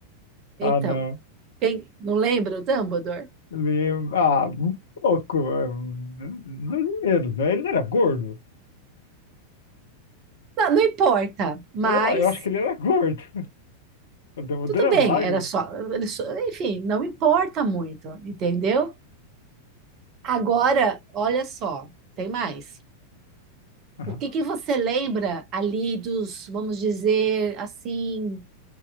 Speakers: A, on the right (about 35°); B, on the left (about 60°).
A: Então,
B: Ah, não.
A: quem- não lembra o Dumbledore?
B: Meio, ah, um pouco, é, mais ou menos, né? Ele era gordo.
A: Não, não importa, mas
B: Eu, eu acho que ele era gordo. <laughs> O Dumbledore
A: Tudo bem,
B: é magro.
A: era só, ele só- enfim, não importa muito, entendeu? Agora, olha só, tem mais.
B: Ah,
A: O que que você lembra ali dos, vamos dizer assim,